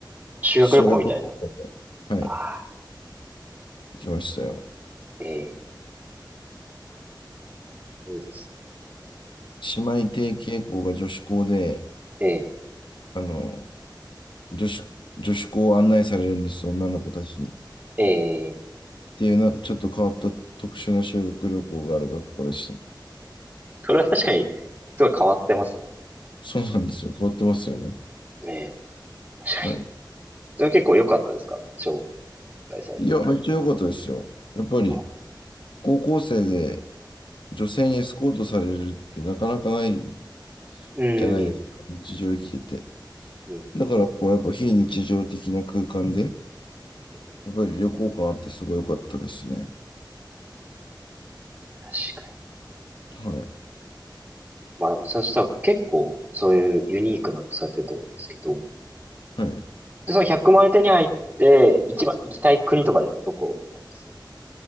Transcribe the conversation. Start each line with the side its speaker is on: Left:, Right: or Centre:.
Right: 修学旅行みたいな。
Left: 修学旅行はい、
Right: ああ、
Left: 行きましたよ。
Right: ええ、いいですね。
Left: 姉妹提携校が女子校で、
Right: ええ、
Left: あの、女子、女子校を案内されるんです、女の子たちに。っ
Right: ええ。
Left: ていうな、ちょっと変わった特殊な修学旅行がある学校でした。
Right: それは確かに、すごい変わってますね。
Left: そうなんですよ。変わってますよね。
Right: ねえ。確かに。
Left: はい。
Right: それ結構良かったですか招待されるのは。
Left: いや、めっちゃ良かったですよ。やっぱり、
Right: あ
Left: 高校生で女性にエスコートされるってなかなかない
Right: うん。
Left: じゃないですか。
Right: うん。
Left: 日常生きてて。
Right: うん。
Left: だから、こう、やっぱ非日常的な空間で、
Right: うんうん
Left: やっぱり旅行感あってすごい良かったですね。
Right: 確かに。
Left: はい。
Right: まあでも、そしたら結構、そういうユニークなことされてると思うんですけど。
Left: はい。
Right: で、その100万円手に入って、一番行きたい国とかでどこになります